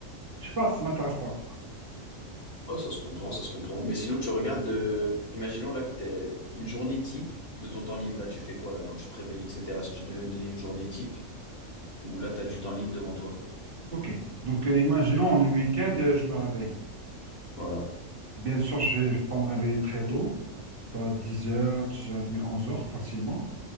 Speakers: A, on the right (about 45°); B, on the left (about 50°).
A: Je sais pas, ça m'intéresse pas, quoi.
B: Ouais, ça se comprend, ça se comprend. Mais sinon, tu regardes, euh, imaginons là que t'es une journée type de ton temps libre. Là, tu fais quoi là quand tu te réveilles, etc. Si tu devais me donner une journée type où là, t'as du temps libre devant toi.
A: Ok, donc euh, imaginons, on est week-end, euh, je me réveille.
B: Voilà.
A: Bien sûr, je vais je vais pas me réveiller très tôt. Ça va être 10h, 10h30, 11h, facilement.